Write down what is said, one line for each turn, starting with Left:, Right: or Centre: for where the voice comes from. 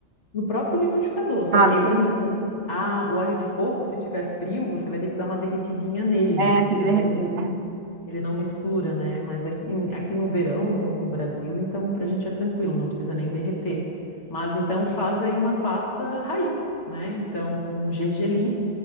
Left: No próprio liquidificador. Só
Right: Ah,
Left: que
Right: no
Left: aí,
Right: liquidificador.
Left: por exemplo, assim, ah, o óleo de coco, se tiver frio, você vai ter que dar uma derretidinha nele,
Right: É,
Left: né? Porque
Right: tem
Left: senão
Right: que derreter,
Left: ele
Right: né?
Left: ele não mistura, né? Mas aqui, em- aqui no verão, no, no Brasil, então pra gente é tranquilo, não precisa nem derreter. Mas então faz aí uma pasta raiz, né? Então com gergelim,